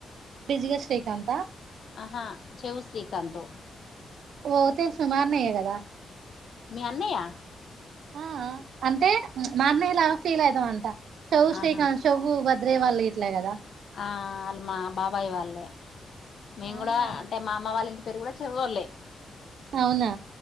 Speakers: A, on the right (about 85°); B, on the left (about 55°).
A: బిజిగా శ్రీకాంతా
B: అహా చెవు శ్రీకాంతు
A: ఓ తెలుసు మా అన్నయే కదా
B: మీ అన్నయా
A: ఆ అంటే మా అన్నయ్య లాగా ఫీల్ అయితా అంట చెవు శ్రీకాంత్
B: ఆహా
A: చేవ్వు వ వదురయ్య వాళ్ళు గిట్ల గదా
B: ఆ మా బాబాయి వాళ్లే మేము
A: అవునా
B: కూడా అంటే మా అమ్మ వాళ్ల ఇం పేరు కూడా చెవ్వొల్లే
A: అవునా